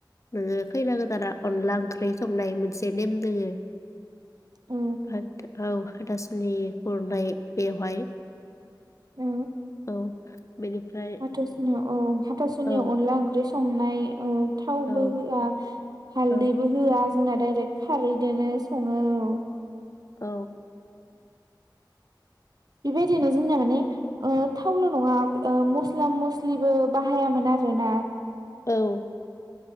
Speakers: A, on the left (about 40°); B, on the right (about 55°).
A: नोङो खैना गोदाना अनला ओंख्रि संनाय मोनसे नेम दोङो <inaudible>
B: औ
A: <unintelligible> औ हाथासुनि खुरनाय बेवहाय
B: औ
A: औ बेनिफ्राय
B: हाथासुनियाव औ हाथासुनियाव
A: औ
B: अनला ओंख्रि सं संनाय ओ। थावबो
A: औ
B: होआ हालदैबो
A: औ
B: होआ। जोंना डाइरेक्ट खारै दोनो सङो औ।
A: औ
B: बिबायदिनो जोंना माने ओ थावल' नङा ओ मस्ला मस्लिबो बाहायामोन आरोना।
A: औ।